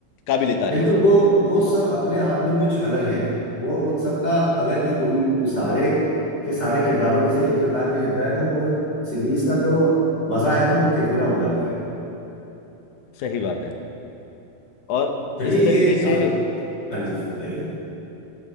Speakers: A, on the left; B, on the left.
A: काबिले
B: बिल्कुल
A: तारीफ है
B: वो वो सब अपने आप में कुछ अलग है वो उन सबका अगर कि उन उस सारे के सारे किरदारों में से एक किरदार भी हट जाए तो वो सीरीज का जो मजा है ना वो किरकिरा हो जाता है
A: सही बात है और
B: चलिए
A: इस तरीके
B: ये
A: से
B: का... हाँ जी बताइए